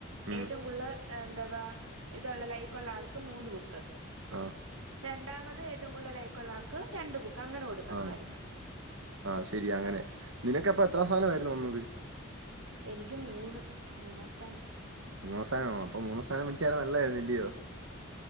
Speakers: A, on the right (about 70°); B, on the right (about 85°).
A: ഉം
B: ഏറ്റവും കൂടല് എന്താ വാ ഇതൊള്ള ലൈക്കൊള്ള ആൾക്ക് മൂന്ന് ബുക്ക്
A: ആ
B: രണ്ടാമത് ത് ഏറ്റവും കൂടുതല് ലൈക്കൊള്ളാക്ക് രണ്ട് ബുക്ക് അങ്ങനെ കൊടുക്കണമായിരുന്നു
A: ആ ആ ശരിയ അങ്ങനെ നിനക്കപ്പ എത്രാം സാനവായിരുന്നു വന്നത്
B: എനിക്ക് മൂന്ന് മൂന്നാം സ്ഥാനം
A: മൂന്നാ സ്സാനമാ ആ അപ്പൊ മൂന്നാ സഥാനംവെച്ച യാള് നല്ലായിരുന്നു ഇല്യോ